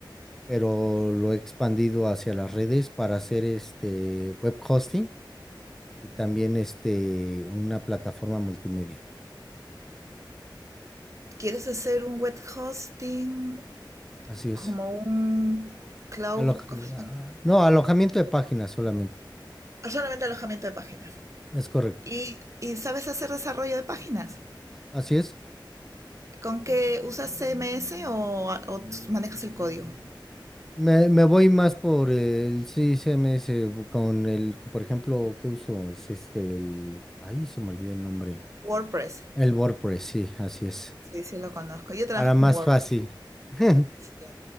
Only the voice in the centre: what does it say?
pero lo he expandido hacia las redes para hacer este web hosting y también este, una plataforma multimedia.
Así es.
Aloj-
ah,
no, alojamiento de páginas solamente.
Es correcto.
Así es.
Me, me voy más por el CMS con el, por ejemplo, ¿qué uso? Es este, el, ahí se me olvidó el nombre.
El WordPress, sí, así es.
Para más
fácil. <laughs>